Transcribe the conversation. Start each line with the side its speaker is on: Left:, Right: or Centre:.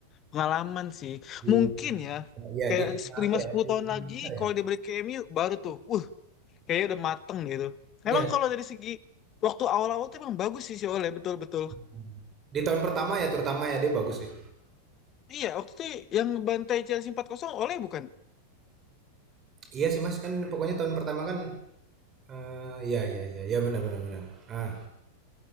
Left: pengalaman sih.
Right: di
Left: Mungkin ya
Right: ya
Left: kayak
Right: di negara apa
Left: lima
Right: ya,
Left: sepuluh
Right: di
Left: tahun
Right: Permen
Left: lagi
Right: Besar
Left: kalau
Right: ya?
Left: dia balik ke MU baru tuh, uh kayaknya udah mateng gitu.
Right: Iya,
Left: Emang kalau dari segi waktu awal-awal tuh emang bagus sih si Oleh betul-betul.
Right: mhm. Di tahun pertama ya terutama ya dia bagus sih.
Left: Iya, waktu itu yang bantai Chelsea empat 0 Oleh bukan?
Right: Iya sih Mas, kan pokoknya tahun pertama kan, eee, ya ya ya iya, benar benar benar. Ah,